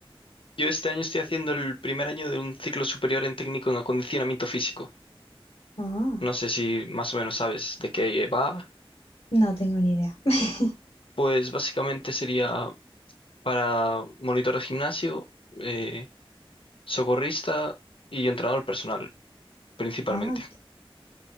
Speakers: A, on the left; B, on the left.
A: Yo este año estoy haciendo el primer año de un ciclo superior en técnico en acondicionamiento físico.
B: Ah,
A: No sé si más o menos sabes de qué va.
B: no tengo ni idea. <laughs>
A: Pues básicamente sería para monitor de gimnasio, eh, socorrista y entrenador personal, principalmente.
B: Ah.